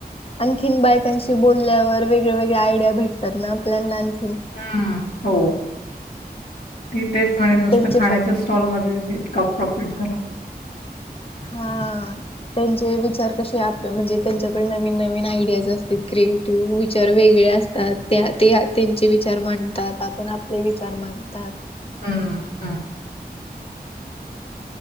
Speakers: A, on the left; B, on the left.
A: आणखी बायकांशी बोलल्यावर वेगळ्या वेगळ्या आयडिया भेटतात ना आपल्याख
B: हम् हो ती तेच म्हणे
A: त्यांचे
B: नुसतं खाण्याच्या
A: पण
B: स्टॉलमध्येध्ये इतका प्रॉफिट झाला
A: हा त्यांचे विचार कसे आप म्हणजे त्यांच्याकडडे नवीन नवीन आयडियाज असतील क्रिएटिव्ह विचार वेगळे तात त्यांचे विचार मांडतात आपण आपले विचार मांडतात
B: हा हा